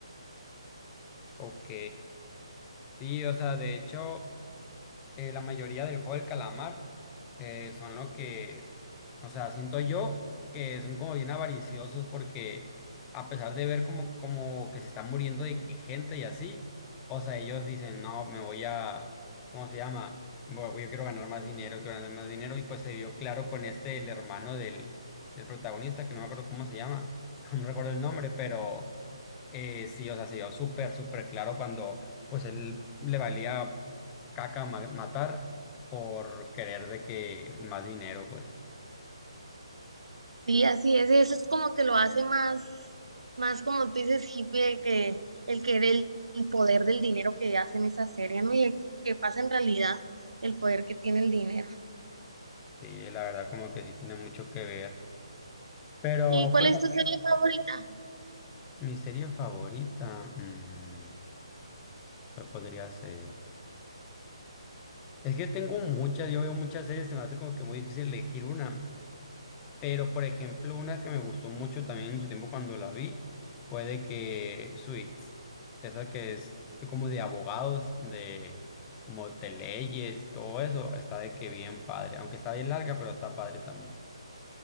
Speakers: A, on the left; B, on the right.
A: Ok, sí, o sea, de hecho... eh, la mayoría del juego del calamar eh, son lo que, o sea, siento yo que son como bien avariciosos porque a pesar de ver como, como que se está muriendo de que gente y así, o sea, ellos dicen, no, me voy a, ¿cómo se llama? Voy- yo quiero ganar más dinero, quiero ganar más dinero y pues se vio claro con este, el hermano del, del protagonista, que no me acuerdo cómo se llama, <laughs> no recuerdo el nombre, pero... Eh, sí, o sea, se vio súper, súper claro cuando pues él le valía caca ma- matar por querer de que más dinero, pues
B: Sí, así es, eso es como que lo hace más, más como tú dices, hippie, el que, el que del el poder del dinero que hacen esa serie, ¿no? Y el que pasa en realidad el poder que tiene el dinero.
A: sí, la verdad como que sí tiene mucho que ver. Pero
B: ¿Y cuál
A: pues
B: es tu serie favorita?
A: mi serie favorita, mm, ¿cuál podría ser? Es que tengo muchas, yo veo muchas series, se me hace como que muy difícil elegir una. Pero, por ejemplo, una que me gustó mucho también en su tiempo cuando la vi fue de que Suits, esa que es como de abogados, de como de leyes y todo eso, está de que bien padre. Aunque está bien larga, pero está padre también.